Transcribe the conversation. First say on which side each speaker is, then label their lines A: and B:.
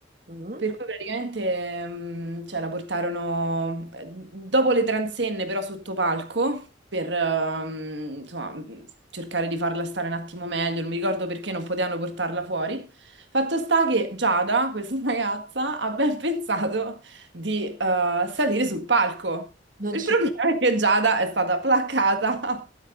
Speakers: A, on the right; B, on the right.
A: Mm.
B: per cui praticamente mm, cioè, la portarono eh, dopo le transenne, però sotto palco, per ehm, insomma, mm, cercare di farla stare un attimo meglio. Non mi ricordo perché non potevano portarla fuori. Fatto sta che Giada, questa <laughs> ragazza, ha ben pensato di eh, salire sul palco.
A: Non
B: Il
A: ci
B: problema è che Giada è stata placcata